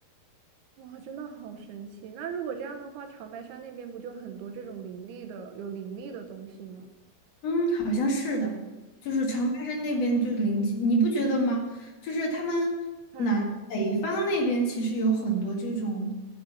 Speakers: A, on the right (about 80°); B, on the left (about 50°).
A: 哇，真的好神奇！那如果这样的话，长白山那边不就很多这种灵力的、有灵力的东西吗？
B: 嗯，好像是的，就是长白山那边就灵气，你不觉得吗？就是他们南北方那边其实有很多这种，
A: 看，